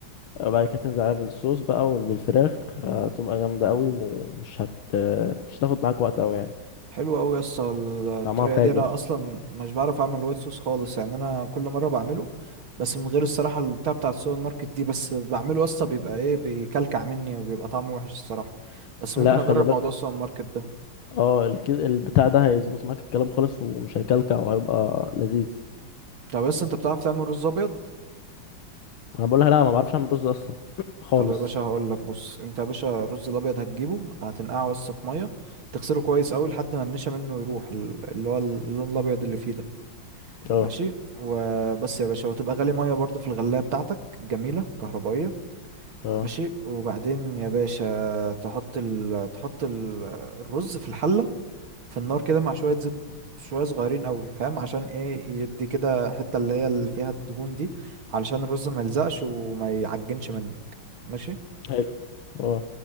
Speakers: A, on the left (about 80°); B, on the right (about 80°).
A: وبعد كده تنزل عليها بالصوص بقى وبالفراخ هتبقى جامدة قوي ومش هت آه، مش هتاخد معاك وقت قوي يعني
B: حلو قوي يا اسطى الطريقه
A: طعمها فاجر
B: دي انا اصلا مش بعرف اعمل وايت صوص خالص يعني انا كل مره بعمله بس من غير الصراحه البتاع بتاع السوبر ماركت دي بس بعمله يا اسطى بيبقى ايه بيكلكع مني وبيبقى طعمه وحش الصراحه بس
A: لا
B: ممكن اجرب
A: خلي بالك
B: موضوع السوبر ماركت ده
A: اه الكد... البتاع ده هيظبط معاك الكلام خالص ومش هيكلكع وهيبقى لذيذ
B: طب بس انت بتعرف تعمل رز ابيض
A: انا بقولها لا ما بعرفش اعمل رز اصلا <clears throat> خالص
B: طب يا باشا هقول لك بص انت يا باشا الرز الابيض هتجيبه هتنقعه بس في ميه تغسله كويس قوي لحد ما النشا منه يروح ال- اللي هو اللون الابيض اللي فيه ده
A: اه
B: ماشي وبس يا باشا وتبقى غالي ميه برضو في الغلايه بتاعتك جميله كهربائيه
A: اه
B: ماشي وبعدين يا باشا تحط ال... تحط ال... الرز في الحلة في النار كده مع شوية زيت ب- شوية صغيرين قوي فاهم عشان ايه يدي كده حتة اللي هي اللي فيها الدهون دي علشان الرز ما يلزقش وما يعجنش منك ماشي
A: حلو اه